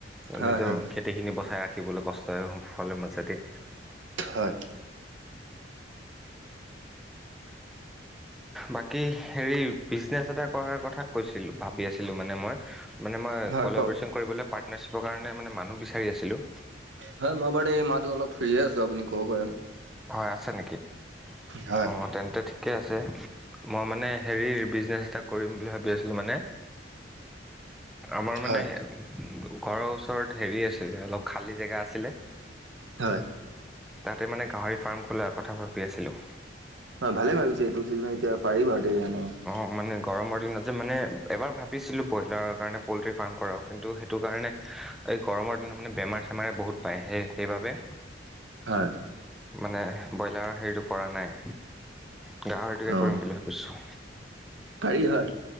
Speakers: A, on the right (about 75°); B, in the centre.
A: হয়
B: নিজৰ
A: হয়
B: খেতিখিনি বচাই ৰাখিবলৈ কষ্ট সফলৰ মাজেদি
A: হয়
B: বাকী হেৰি বিজনেছ এটা কৰাৰ কথা কৈছিলোঁ ভাবি আছিলোঁ মানে মই মানে মই
A: হয়
B: কলাবেশচন
A: কওক
B: কৰিবলৈ পাৰ পাৰ্টনাৰশ্বিপ কাৰণোনে মানুহ বিচাৰি আছিলোঁ।
A: হয় মই বাৰু এই মাহো অলপ ফ্ৰীয়ে আছো আপুনি ক'ব পাৰে।
B: হয় আছে নেকি
A: হয়।
B: অঁ তেন্তে ঠিকে আছে মই মানে হেৰি বিজনেছ এটা কৰিম বুলি ভাবি আছিলো মানে আমাৰ মানে।
A: হয়
B: ঘৰৰ ওচৰত হেৰি আছে। খালি জেগা আছিলে
A: হয়
B: তাতে মানে গাহৰি ফাৰ্ম খোলাৰ কথা ভাবি আছিলোঁ।
A: হয় ভালে ভাবিছে এইটো চিজনত এতিয়া পাৰি
B: অ',
A: <unintelligible>
B: মানে গৰমৰ দিনত যে মানে এবাৰ ভাবিছিলো ব্ৰইলাৰৰ কাৰণে পল্ট্ৰি ফাৰ্ম কৰাও কিন্তু সেইটো কাৰণে এই গৰমৰ দিনাত মানে বেমাৰ। চেমাৰে বহুত পায় সেই সেইবাবে
A: হয়।
B: মানে ব্ৰইলাৰ হেৰিটো কৰা নাই। গাহৰিটোকে
A: অ',
B: কৰিম বুলি ভাবিছো
A: পাৰি হয়।